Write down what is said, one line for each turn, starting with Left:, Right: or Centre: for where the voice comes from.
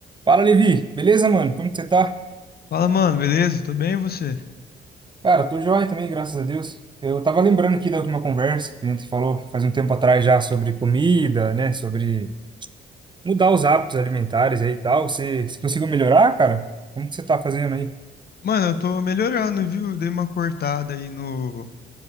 Right: Fala, Levi. Beleza, mano? Como que você tá?
Left: Fala, mano, beleza? Tô bem, e você?
Right: Cara, tô joia também, graças a Deus. Eu tava lembrando aqui da última conversa que a gente falou faz um tempo atrás já sobre comida, né? Sobre mudar os hábitos alimentares aí e tal. Você, você conseguiu melhorar, cara? Como que você tá fazendo aí?
Left: Mano, eu tô melhorando, viu? Dei uma cortada aí no,